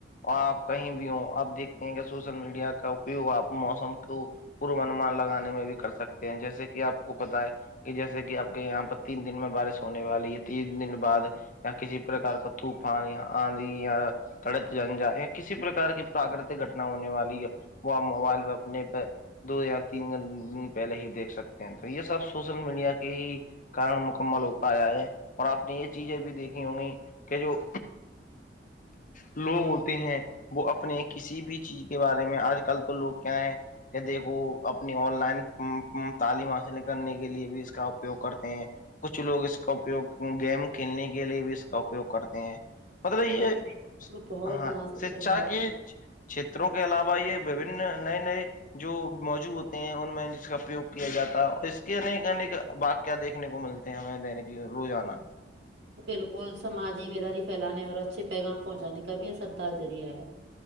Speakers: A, on the left; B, on the right.
A: اور آپ کہیں بھی ہ آپ دیکھتے ہیں کہ سوشل میڈیا کا اپیوگ آپ موسم کو پوروانمان لگانے میں بھی کر سکتے ہیں جیسے کہ آپ کو پت ہے کہ جیسے کہ آپ کے یہاں پر تین دن میں بارش ہونے والی تین دن بعد یا کسی پرکار کا تھوپ یا آندھی یا تڑت جنجا یا کسی پرکار کی پراکرتک گٹنا ہونے والی ہے وہ آپ موبائل و اپنے پہ دو یا تین دن پہلے ہی دیکھ سکتے ہیں تو یہ سب سوشل میڈیا کے ہی کن مکمل ہو پایا ہے اور آپ نے یہ چیزیں بھی دیکھی ہو گئی کہ جو لوگ ہوتے ہیں وہ اپنے کسی بھی چیز کے بارے میں آج کل تو لوگ کیا ہے کہ دیکھو اپنی آن لائن تعلیم حاصل کرنے کے لیے بھی اس کا اپیوگ کرتے ہیں کچھ لوگ اس کا اپیوگ گیم کھیلنے کے لیے بھی اس کا اپیوگ کرتے ہیں مطلب
B: چیز
A: یہ
B: پہ بہت
A: ہاں
B: مناسب
A: شکھا
B: فرما رہے
A: کے
B: ہیں
A: چھیتروں کے علاوہ یہ وبن نئے نئے جو موجو ہوتے ہیں ان میں جس کا اپیوگ کیا جاتا ہے اور اس کے انیک انیک باق کیا دیکھنے کو ملتے ہیں ہمیں دنے کی روزانہ
B: بالکل سماجی بیداری پھیلانے اور اچھے پیغام پہنچانے کا بھی اثردار ذریعہ ہے